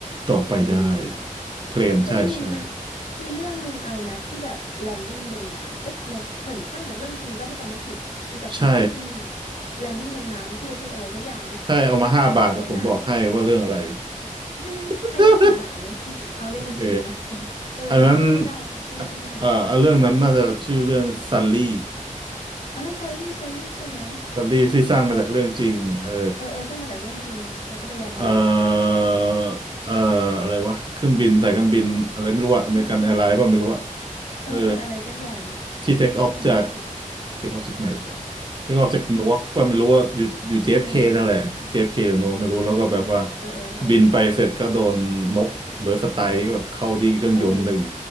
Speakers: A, on the right; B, on the left.
A: ต่อไปได้
B: เพลนเหรอ
A: เพลนใช่ใช่
B: เหมือนเคยได้ยินมันมีเรื่องหนึ่งอะไรนะที่แบบแลนดิ้งบนน้ำเอ้ยแลนเหมือนสร้างจากเรื่องจริงป่ะถ้าจำไม่ผิดมีกัปตันที่
A: ใช่
B: แลนดิ้งบนน้ำที่ประเทศอะไรสักอย่างเนี่ยเออ
A: ใช่เอามาห้าบาทแต่ผมบอกให้ว่าเรื่องอะไร
B: แม่น้ำ <laughs>
A: <laughs>
B: ให้ไปสิบบาทเลยเอาเลขบัญชีมา
A: โอเค
B: <laughs> เออจำชื่อไม่ได้จำชื่อเรื่องไม่ได้
A: อันนั้นเอ่ะเอ่อเรื่องนั้นน่าจะชื่อเรื่องซัลลี่
B: เออซัลลี่ซัลลี่ใช่ไหม
A: ซีรีส์ที่สร้างมาจากเรื่องจริงเออ
B: เขาเออเออสร้างมาจากเรื่องจริงแล้วก็ไปแลนบนน้
A: เออเอออะไรวะเครื่องบินสายการบินอะไรไม่รู้อะอเมริกันแอร์ไลน์ป่ะไม่รู้อะ
B: ำเออเออเออเอออะไรสักอย่าง
A: เออที่เทคออฟจาก
B: ถ้าจำไม่ผิด
A: เทคออฟจากไหนวะเทคออฟจากนวกป่ะไม่รู้ว่าอยู่อยู่ JFK
B: เออ
A: นั่นแหละ JFK หรือนวกไม่รู้แล้วก็แบบว่า
B: อ่าเออเออเออ
A: บินไปเสร็จก็โดนนกเบิร์สไตร์แบบเข้าที่เครื่องยนต์หนึ่ง
B: เออ